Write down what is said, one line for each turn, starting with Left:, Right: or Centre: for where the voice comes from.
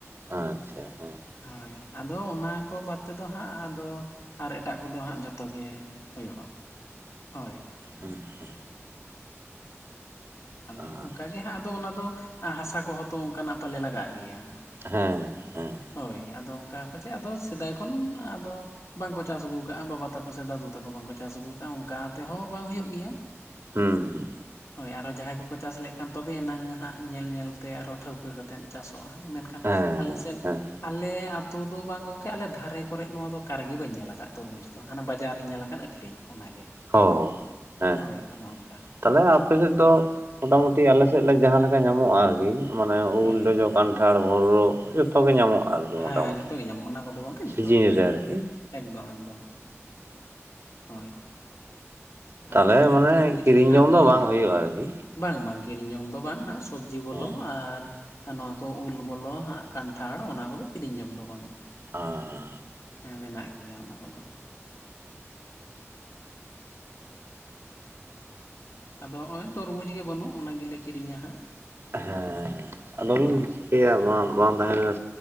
Right: ᱟᱪᱪᱷᱟ ᱦᱮᱸ᱾
Left: ᱦᱳᱭ ᱟᱫᱚ ᱚᱱᱟ ᱠᱚ ᱵᱟᱫᱽ ᱛᱮᱫᱚ ᱦᱟᱸᱜ ᱟᱫᱚ ᱟᱨ ᱮᱴᱟᱜ ᱠᱚᱫᱚ ᱦᱟᱸᱜ ᱡᱷᱚ -ᱛᱚ ᱜᱮ ᱦᱩᱭᱩᱜ-ᱟ ᱦᱳᱭ ᱾
Right: ᱦᱩᱸ ᱦᱩᱸ᱾
Left: ᱟᱫᱚ
Right: ᱟᱪᱪᱷᱟ
Left: ᱚᱱᱠᱟ ᱜᱮ ᱦᱟᱸᱜ ᱟᱫᱚ ᱚᱱᱟ ᱫᱚ ᱦᱟᱥᱟ ᱠᱚᱦᱚᱸ ᱛᱚ ᱚᱱᱠᱟᱱᱟᱜ ᱯᱟᱞᱮ ᱞᱟᱜᱟᱜ ᱜᱮᱭᱟ?
Right: ᱦᱮᱸ᱾ ᱦᱮᱸ
Left: ᱦᱳᱭ ᱟᱫᱚ ᱚᱱᱠᱟ ᱯᱟᱪᱮᱫ ᱟᱫᱚ ᱥᱮᱫᱟᱭ ᱠᱷᱚᱱ ᱟᱫᱚ ᱵᱟᱝᱠᱚ ᱪᱟᱥ ᱟᱹᱜᱩ ᱠᱟᱜᱼᱟ ᱵᱟᱵᱟ ᱛᱟ ᱠᱚ ᱥᱮ ᱫᱟᱫᱩ ᱛᱟᱠᱚ ᱵᱟᱝᱠᱚ ᱪᱟᱥ ᱟᱹᱜᱩ ᱠᱟᱜᱼᱟ ᱚᱱᱠᱟ ᱛᱮᱦᱚᱸ ᱵᱟᱝ ᱦᱩᱭᱩᱜ ᱜᱮᱭᱟ᱾
Right: ᱦᱩᱸ ᱦᱩᱸ᱾
Left: ᱦᱳᱭ ᱟᱨᱚ ᱡᱟᱦᱟᱸᱭ ᱠᱚᱠᱚ ᱪᱟᱥ ᱞᱮᱠᱷᱟᱱ ᱛᱚᱵᱮᱭᱮᱱᱟᱝ ᱦᱟᱸᱜ ᱧᱮᱞ ᱧᱮᱞᱛᱮ ᱟᱨᱦᱚᱸ ᱴᱷᱟᱹᱣᱠᱟᱹ ᱠᱟ ᱛᱮᱱ ᱪᱟᱥᱚᱜᱼᱟ ᱢᱮᱱᱠᱷᱟᱱ
Right: ᱦᱮᱸ
Left: ᱟᱞᱮ ᱥᱮᱫ
Right: ᱦᱮᱸ
Left: ᱮ ᱟᱛᱳ ᱫᱚ ᱵᱟᱝ ᱜᱚᱝᱠᱮ ᱟᱞᱮ ᱫᱷᱟᱨᱮ ᱠᱚᱨᱮ ᱱᱚᱣᱟ ᱫᱚ ᱚᱠᱟ ᱨᱮᱜᱮ ᱵᱟᱹᱧ ᱧᱮᱞ ᱟᱠᱟᱫ ᱛᱚᱨᱢᱩᱡᱽ ᱫᱚ ᱦᱟᱱᱟ ᱵᱟᱡᱟᱨᱤᱧ ᱧᱮᱞ ᱟᱠᱟᱫ ᱟᱹᱠᱷᱨᱤᱧ᱾ ᱚᱱᱟᱜᱮ᱾
Right: ᱦᱳ, ᱦᱮᱸ
Left: ᱦᱳᱭ
Right: ᱦᱮᱸ
Left: ᱚᱱᱮ ᱚᱱᱠᱟ
Right: ᱛᱟᱦᱚᱞᱮ ᱟᱯᱮ ᱥᱮᱫ ᱫᱚ ᱢᱚᱴᱟ ᱢᱩᱴᱤ ᱟᱞᱮ ᱥᱮᱫ ᱞᱮ ᱡᱟᱦᱟᱸ ᱞᱮᱠᱟ ᱧᱟᱢᱚᱜᱼᱟ ᱟᱨᱠᱤ ᱢᱟᱱᱮ ᱩᱞ
Left: ᱦᱳᱭ
Right: ᱡᱚᱡᱚ ᱠᱟᱱ ᱴᱷᱟᱲ ᱵᱷᱳᱬᱨᱳ <unintelligible> ᱛᱚ ᱜᱮ ᱧᱟᱢᱚᱜᱼᱟ ᱟᱨᱠᱤ
Left: ᱦᱮᱸ
Right: ᱢᱚᱴᱟᱢᱩᱴᱤ,
Left: ᱡᱷᱚᱛᱚ ᱜᱮ ᱧᱟᱢᱚᱜᱼᱟ ᱚᱱᱟ ᱠᱚᱫᱚ ᱜᱚᱝᱠᱮ ᱡᱷᱚᱛᱚ
Right: ᱥᱤᱡᱤᱱ
Left: ᱜᱮ
Right: ᱨᱮ ᱟᱨᱠᱤ
Left: ᱮᱠᱫᱚᱢ ᱮᱠᱫᱚᱢ ᱦᱳᱭ᱾ ᱟᱫᱚ
Right: ᱛᱟᱦᱚᱞᱮ
Left: ᱦᱚᱸᱜᱼᱚ ᱱᱤᱭᱟᱹ
Right: ᱢᱟᱱᱮ
Left: ᱛᱚᱨᱢᱩᱡᱽ
Right: ᱠᱤᱨᱤᱧ
Left: ᱜᱮ ᱦᱟᱸᱜ
Right: ᱡᱚᱢ
Left: ᱵᱟᱹᱞᱤᱧ
Right: ᱫᱚ ᱵᱟᱝ
Left: ᱧᱟᱢᱟ
Right: ᱦᱩᱭᱩᱜᱼᱟ ᱟᱨᱠᱤ?
Left: ᱵᱟᱝ ᱵᱟᱝ ᱠᱤᱨᱤᱧ ᱡᱚᱢ ᱫᱚ ᱵᱟᱝ ᱦᱟᱸᱜ ᱥᱚᱵᱽᱡᱤ ᱵᱚᱞᱚ
Right: ᱦᱮᱸ
Left: ᱟᱨ ᱟᱨ ᱱᱚᱣᱟ ᱠᱚ ᱩᱞ ᱵᱚᱞᱚ ᱦᱟᱸᱜ ᱠᱟᱱᱴᱷᱟᱲ ᱚᱱᱟ ᱠᱚᱫᱚ ᱠᱤᱨᱤᱧ ᱡᱚᱢ ᱫᱚ ᱵᱟᱝ᱾
Right: ᱟᱻ
Left: ᱦᱮᱸ ᱢᱮᱱᱟᱜ ᱜᱮᱭᱟ ᱚᱱᱟ ᱠᱚᱫᱚ᱾ ᱟᱫᱚ ᱦᱚᱸᱜᱼᱚᱭ ᱛᱚᱨᱢᱩᱡᱽ ᱜᱮ ᱵᱟᱹᱱᱩᱜ ᱚᱱᱟ ᱜᱮᱞᱮ ᱠᱤᱨᱤᱧᱟ ᱦᱟᱸᱜ᱾
Right: ᱦᱮᱸ ᱟᱫᱚ
Left: ᱦᱳᱭ
Right: ᱵᱤᱱ ᱪᱤᱠᱟᱹᱭᱟ ᱵᱟᱝ ᱵᱟᱝ ᱛᱟᱦᱮᱸ ᱞᱮ